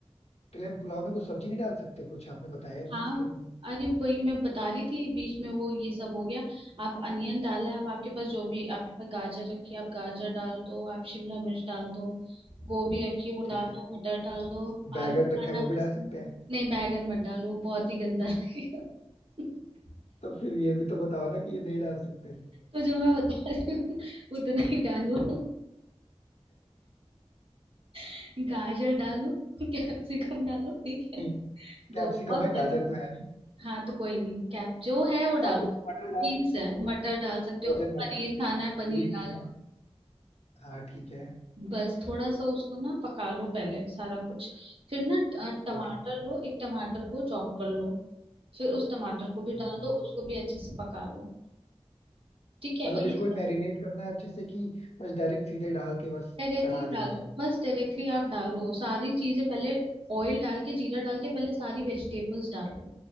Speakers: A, on the left (about 70°); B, on the right (about 55°).
A: तिलम पुलाव में कुछ सब्जी नहीं डाल सकते कुछ आपने बताया नहीं
B: हाँ
A: इसके लिए
B: अरे वही मैं बता रही थी बीच में वो ये सब हो गया आप अनियन डाला है अब आपके पास जो भी आपके पास गाजर रखी है आप गाजर डाल दो आप शिमला मिर्च डाल दो गोभी रखी है वो
A: ठीक
B: डाल
A: है
B: दो मटर डाल दो
A: बैगन
B: आलू खाना
A: रखा है वो
B: पसंद
A: भी डाल सकते हैं
B: नहीं बैगन मत डालो वो बहुत ही गंदा लगेगा <laughs>
A: तो फिर ये भी तो बताओ ना कि ये नहीं डाल सकते
B: तो जो मैं बता रही हूँ उतना ही डालो <laughs> गाजर डालो कैप्सिकम डालो ठीक है
A: नहीं
B: गो
A: कैप्सिकम
B: और
A: है गाजर
B: पनीर
A: तो है
B: हाँ तो कोई नहीं कैप जो है वो डाल
A: अब वो
B: दो
A: मटर डाल
B: बीन्स
A: सकते
B: है
A: हैं वो
B: मटर डाल सकते
A: फ्रोजन
B: हो
A: मटर
B: पनीर खाना है पनीर
A: बीन्स
B: डाल
A: नहीं है
B: दो
A: हाँ ठीक है
B: बस थोड़ा सा उसको ना पका लो पहले सारा कुछ फिर ना ट- अ, टमाटर
A: ओके
B: लो एक टमाटर को चॉप कर लो फिर उस टमाटर को भी
A: ठीक
B: डाल
A: है
B: दो उसको भी अच्छे से पका लो ठीक है
A: मतलब
B: और ये
A: इसको
B: सब
A: ही मैरिनेट करना है अच्छे से कि बस डायरेक्ट सीधे डाल के बस
B: डायरेक्टली
A: चढ़ा देना
B: डालो
A: है
B: बस डायरेक्टली आप डालो सारी चीजें पहले ऑयल डाल के जीरा डाल के पहले सारी वेजिटेबल्स डाल लो